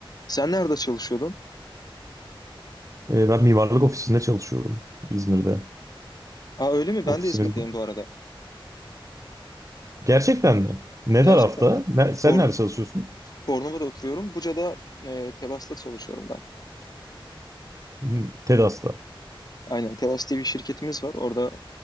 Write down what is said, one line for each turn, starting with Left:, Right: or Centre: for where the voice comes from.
Left: Sen nerede çalışıyordun?
Right: Ee, ben mimarlık ofisinde çalışıyorum İzmir'de.
Left: Aa öyle mi?
Right: Ofisimiz
Left: Ben de İzmir'deyim
Right: var.
Left: bu arada.
Right: Gerçekten mi? Ne
Left: Gerçekten.
Right: tarafta? Ne- sen
Left: Borno,
Right: nerede çalışıyorsun?
Left: Bornova'da oturuyorum. Buca'da e, Telas'ta çalışıyorum ben.
Right: Hı, TEDAS'ta.
Left: Aynen. Telas diye bir şirketimiz var. Orada